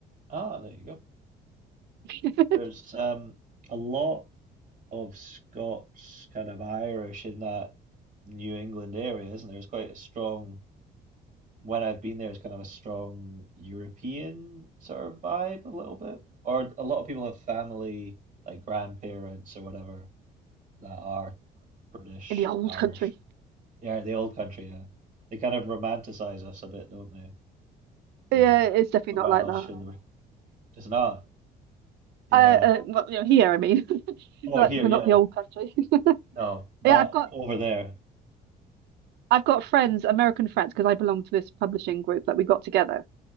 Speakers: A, on the right; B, on the right.
A: Ah, there you go.
B: <laughs>
A: There's um, a lot of Scots, kind of Irish in that New England area, isn't there? It's quite a strong when I've been there, it's kind of a strong European sort of vibe a little bit. Or a lot of people have family, like grandparents or whatever, that are British,
B: in the old
A: Irish.
B: country.
A: Yeah, the old country, yeah. They kind of romanticize us a bit, don't they? The
B: Yeah, it's definitely
A: the Welsh
B: not like that.
A: and the it's not. Yeah.
B: Uh, uh well, you know, here I mean, <laughs>
A: Oh,
B: we're like
A: here,
B: we're
A: yeah.
B: not the old country. <laughs>
A: No, but
B: Yeah, I've got
A: over there.
B: I've got friends, American friends, because I belong to this publishing group that we got together,